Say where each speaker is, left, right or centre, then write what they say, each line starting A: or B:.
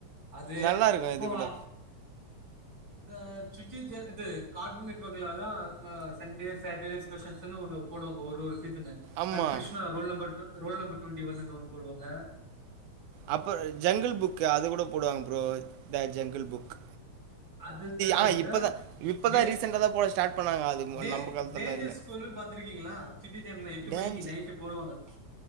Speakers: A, on the right; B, on the right.
A: அது
B: நல்லா இருக்கும்
A: அப்போ
B: இது கூட
A: இந்த சுட்டி சேன் எது கார்டூன் நெட்வர்க்ல தா சண்டே சாட்டர்டே ஸ்பெஷல்ஸ்ன்னு ஒண்ணு போடுவாங் ஒரு ஒரு சீசனு
B: ஆமாம்
A: த Krishna roll number two the roll number twenty one ஒன்னு போடுவாங்க
B: அப்பற ஜங்கிள் புக்கு அது கூட போடுவாங் ப்ரோ த ஜங்கிள் புக்
A: அது தெர்ல
B: ஆ
A: எனக்கு
B: இப்பதான் இப்பதான்
A: டே
B: ரீசெண்டாக தான் போட ஸ்டார்ட் பண்ணாங்க அது மு-
A: டே
B: நம்ம காலத்துல
A: டேஞ்சர்ஸ்
B: இல்லை
A: ஸ்கூலு பாத்துருக்கீங்ளா சுட்டி சேனல்ல எட்டு
B: டான்ஸ்
A: மணிக்கு நைட்டு போடுவாங்க